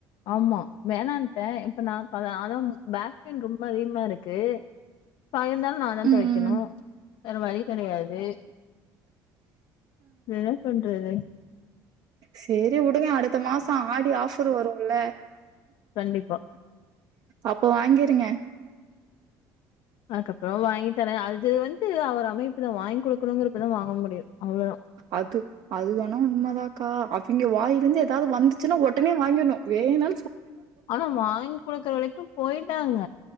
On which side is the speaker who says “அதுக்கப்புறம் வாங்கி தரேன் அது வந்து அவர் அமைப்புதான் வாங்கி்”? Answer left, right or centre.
Left